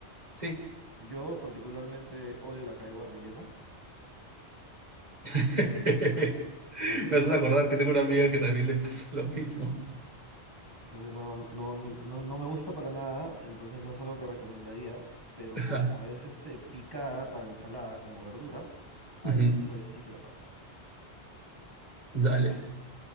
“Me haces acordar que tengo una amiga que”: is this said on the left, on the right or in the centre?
Right